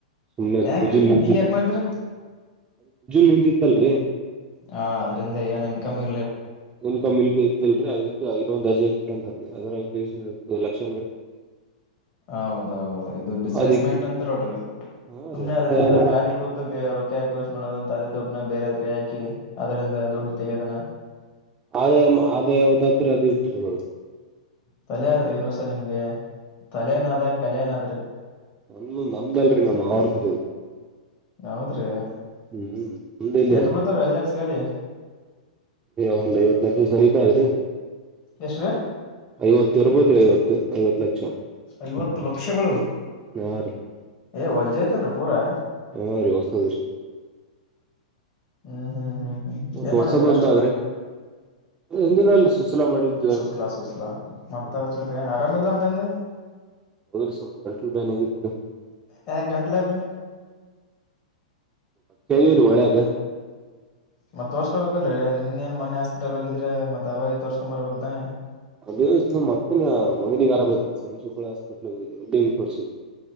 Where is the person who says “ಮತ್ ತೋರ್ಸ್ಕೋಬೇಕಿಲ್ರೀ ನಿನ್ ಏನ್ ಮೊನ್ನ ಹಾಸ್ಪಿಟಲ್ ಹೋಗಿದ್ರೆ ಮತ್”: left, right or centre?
Left